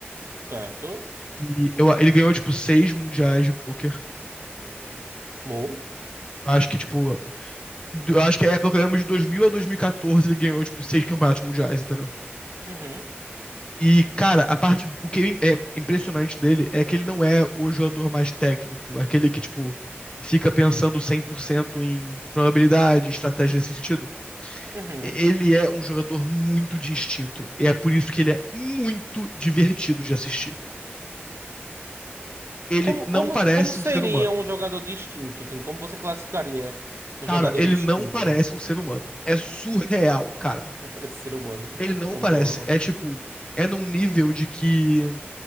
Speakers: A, on the right; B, on the left.
A: certo?
B: E eu- ele ganhou, tipo, seis mundiais de pôquer.
A: Mo.
B: Acho que, tipo, do- acho que é pelo menos de 2000 a 2014 ele ganhou, tipo, seis campeonatos mundiais, entendeu?
A: Uhum,
B: E, cara, a parte, o que é impressionante dele é que ele não é o jogador mais técnico, é aquele que, tipo, fica pensando 100% em probabilidade, estratégia nesse sentido.
A: uhum.
B: ele é um jogador muito de instinto. E é por isso que ele é muito divertido de assistir. Ele
A: Como,
B: não
A: como,
B: parece
A: como seria
B: um ser humano.
A: um jogador distinto, Tim? Como você classificaria um
B: Cara,
A: jogador
B: ele
A: distinto?
B: não parece um ser humano. É surreal, cara.
A: <laughs> Não parece ser humano.
B: Ele não
A: Não,
B: parece.
A: boa.
B: É tipo, é num nível de que.